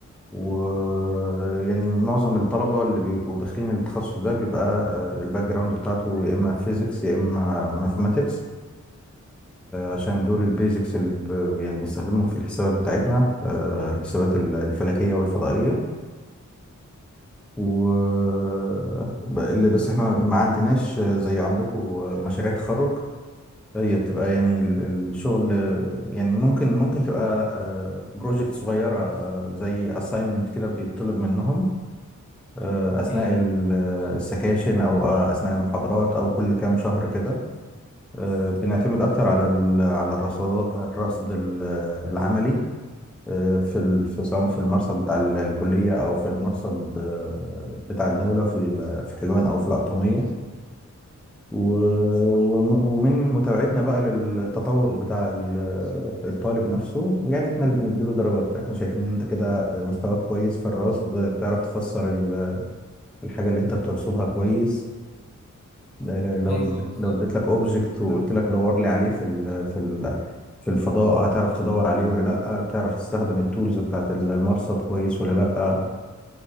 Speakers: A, in the centre; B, on the left.
A: ويعني معظم الطلبة اللي بيبقوا داخلين التخصص ده بيبقى آه، الباك جراوند بتاعته يا إما فيزيكس يا إما ماثماتكس عشان دول البيزكس اللي ب- يعني بنستخدمهم في الحسابات بتاعتنا آه، الحسابات ال- الفلكية والفضائية و ب- اللي بس احنا ما عندناش آه، زي عندكم آه، مشاريع تخرج هي بتبقى يعني ال- الشغل يعني ممكن ممكن تبقى بروجكت صغيرة آه، زي assignment كده بيطلب منهم آه، أثناء
B: ايوه
A: ال- السكاشن أو آه، أثناء المحاضرات أو كل كام شهر كده آه، بنعتمد أكتر على ال- على الرصادات الرصد ال- العملي آه، في ال- في سواء في المرصد بتاع ال- الكلية أو في المرصد آه، بتاع الدولة في ال- في حلوان أو في القطامية و- وم- ومن متابعتنا بقى للتطور بتاع ال- الطالب نفسه ويعني احنا اللي بنديله درجات احنا شايفين ان انت كده مستواك كويس في الرصد بتعرف تفسر ال- الحاجة اللي انت بترصدها كويس اه، لو
B: ايوه
A: اد-
B: بالظبط
A: لو اديت لك اوبجكت وقلت
B: فاهم.
A: لك دور لي عليه في ال في ال في الفضاء هتعرف تدور عليه ولا لا بتعرف تستخدم التولز بتاعت ال- المرصد كويس ولا لا اه،